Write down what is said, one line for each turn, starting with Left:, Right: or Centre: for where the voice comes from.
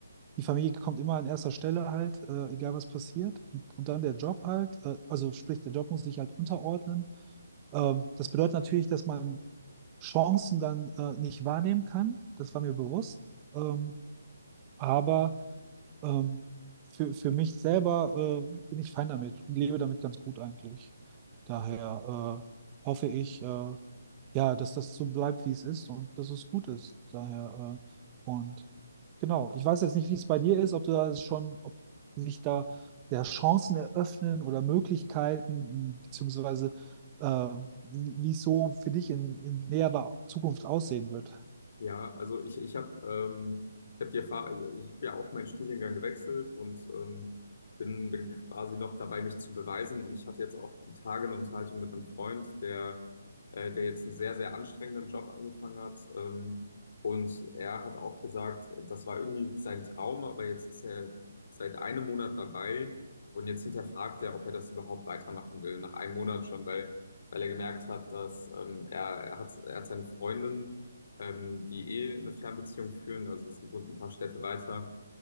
Right: die Familie kommt immer an erster Stelle halt, äh, egal was passiert. Und, und dann der Job halt, äh, also sprich, der Job muss sich halt unterordnen. Ähm, das bedeutet natürlich, dass man Chancen dann äh, nicht wahrnehmen kann. Das war mir bewusst. Ähm, aber ähm, für, für mich selber äh, bin ich fein damit und lebe damit ganz gut eigentlich. Daher äh, hoffe ich, äh, ja, dass das so bleibt, wie es ist und dass es gut ist. Daher, äh, und genau, ich weiß jetzt nicht, wie es bei dir ist, ob du da schon, ob sich da ja, Chancen eröffnen oder Möglichkeiten, beziehungsweise äh, wie wie es so für dich in, in näherer Zukunft aussehen wird.
Left: Ja, also ich, ich habe ähm, ich hab die Erfahrung, also ich habe ja auch meinen Studiengang gewechselt und ähm, bin, bin quasi noch dabei, mich zu beweisen. Und ich hatte jetzt auch die Tage eine Unterhaltung mit einem Freund, der, äh, der jetzt einen sehr, sehr anstrengenden Job angefangen hat. Ähm, und er hat auch gesagt, das war irgendwie sein Traum, aber jetzt ist er seit einem Monat dabei und jetzt hinterfragt er, ob er das überhaupt weitermachen will, nach einem Monat schon, weil, weil er gemerkt hat, dass ähm, er, er hat, er hat seine Freundin ähm, die eh eine Fernbeziehung führen. Also sie wohnt ein paar Städte weiter